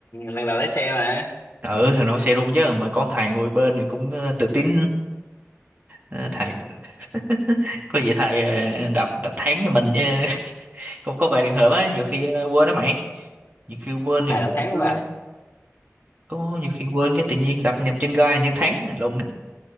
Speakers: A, on the left (about 40°); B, on the right (about 35°).
A: lần đầu lái xe mà
B: ừ thằng nào xe rung chứ mà có ông thầy ngồi bên thì cũng ờ, tự tin Ờ, thầy <laughs> có gì thầy ờ, đập đập thắng cho mình chứ <laughs> cũng có vài trường hợp á nhiều khi ờ, quên đó mày nhiều khi quên
A: thầy
B: thì
A: đầu tháng
B: cứ
A: mà
B: có nhiều khi quên cái tự nhiên đập nhầm chân ga chân thắng lộn